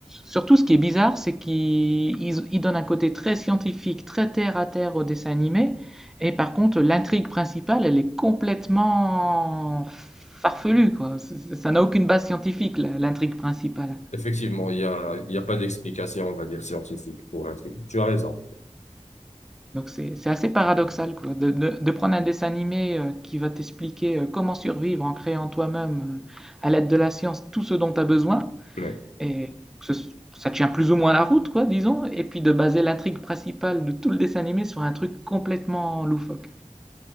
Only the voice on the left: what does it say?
Effectivement, il y a, il y a pas d'explication, on va dire, scientifique pour un truc. Tu as raison.
Mais